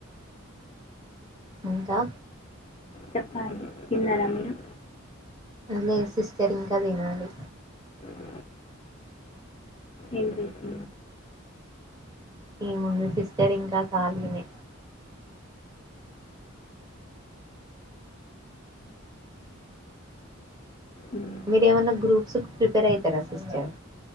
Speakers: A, on the right; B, on the left.
A: ఇంకా
B: చెప్పాలి తిన్నార మీరు
A: లేదు సిస్టర్ ఇంకా తినాలి
B: ఊ ఏం చేస్తు
A: ఏముందు సిస్టర్ ఇంకా ఖాళీనే
B: ఉమ్.
A: మీరు ఏమన్నా గ్రూప్స్కు ప్రిపేర్ అయితారా సిస్టర్